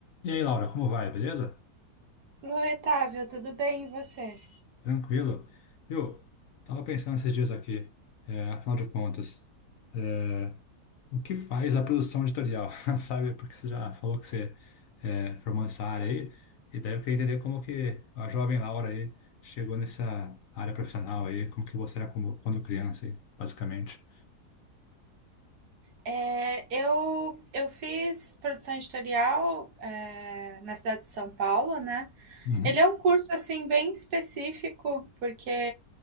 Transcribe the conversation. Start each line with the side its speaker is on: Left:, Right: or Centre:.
Left: E aí, Laura, como vai? Beleza?
Right: Chloe Otávio, tudo bem e você?
Left: Tranquilo? Viu? Tava pensando esses dias aqui, é, afinal de contas, é, o que faz a produção editorial, <laughs> sabe? Porque você já falou que você é, formou essa área aí, e daí eu queria entender como que a jovem Laura aí chegou nessa área profissional aí, como que você era como- quando criança aí, basicamente.
Right: É, eu, eu fiz produção editorial é, na cidade de São Paulo, né?
Left: Uhum.
Right: Ele é um curso assim bem específico, porque